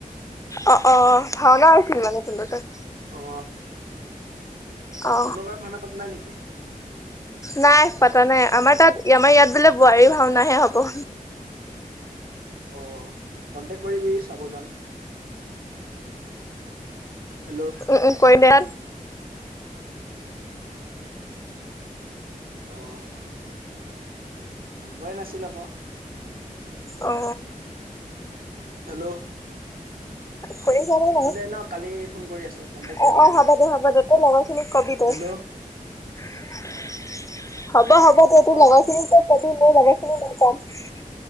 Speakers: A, on the left (about 20°); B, on the right (about 85°).
A: অ অ ভাওনা আছিল মানে কিন্তু তাত
B: অ
A: অ
B: তনৰ গাত ভাউনা পাতা নাই নেকি <unintelligible>
A: নাই পতা নাই আমাৰ তাত আমাৰ ইয়াত বোলে বোৱাৰী ভাওনাহে হ'ব <unintelligible>
B: অ কন্টেক্ট কৰিবি চাব যাম। হেল্ল'
A: উম উম কৰিম দিয়া।
B: আহ নম্বৰে নাছিল আকৌ
A: অ
B: হেল্ল'
A: হয় <unintelligible>
B: হ'ব
A: নাই
B: দে ন কালি ফোন কৰি আছো কন্টেক
A: অ
B: কৰিম
A: অ
B: কালি
A: হ'ব দে হ'ব দে তই লগৰখিনিক কবি দেই।
B: হেল্ল'
A: <inaudible> হ'ব হ'ব ত‌ই তোৰ
B: অ
A: লগৰখিনি কবি মোৰ লগাৰখিনি ন পাম <unintelligible>